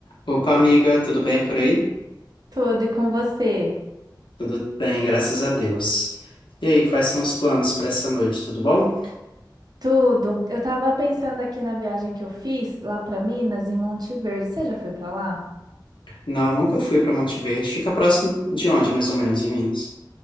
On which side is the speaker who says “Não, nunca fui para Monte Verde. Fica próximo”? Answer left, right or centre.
Left